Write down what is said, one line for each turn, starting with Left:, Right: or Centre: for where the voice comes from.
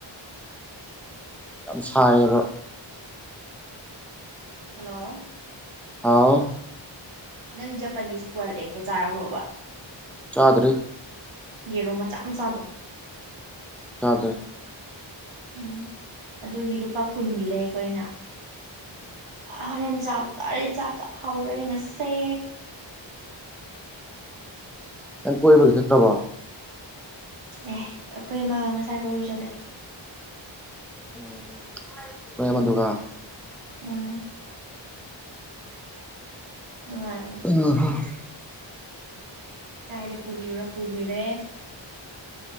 Centre: ꯌꯥꯝ ꯁꯥꯡꯌꯦꯕ
Right: ꯍꯜꯂꯣ
Centre: ꯍꯥꯎ
Right: ꯅꯪ ꯖꯄꯥꯅꯤꯁ ꯀ꯭ꯋꯥꯜ ꯑꯦꯛꯇꯣ ꯆꯥꯔꯕ꯭ꯔꯣꯕ
Centre: ꯆꯥꯗꯔꯤ
Right: ꯌꯦꯔꯨꯝ ꯃꯆꯥ ꯃꯆꯥꯗꯣ
Centre: ꯆꯥꯗ‌ꯦ
Right: ꯎꯝ ꯑꯗꯨꯒꯤ ꯂꯨꯄꯥ ꯀꯨꯟꯒꯤ ꯂꯩꯀ‌ꯣ ꯑꯩꯅ ꯍꯣꯔꯦꯟ ꯆꯥꯕ ꯇꯥꯔꯦ ꯆꯥꯛ ꯀ ꯍꯥꯎꯔꯦ ꯉꯁꯤ
Centre: ꯅꯪ ꯀꯣꯏꯕꯒ ꯆꯠꯇ꯭ꯔꯕꯣ
Right: ꯑꯦ ꯑꯈꯣꯏ ꯑꯃꯒ ꯉꯁꯥꯏ ꯀꯣꯏꯕ ꯆꯠꯂꯦ
Centre: ꯎꯝ ‌ꯅ‌ꯣꯏ ꯑꯃꯗꯨꯒ
Right: ꯎꯝ ꯅꯨꯡꯉꯥꯏ
Centre: <unintelligible>
Right: ꯀꯥꯏꯗ ꯄꯨꯕꯤꯔꯣ ꯄꯨꯕꯤꯔꯦ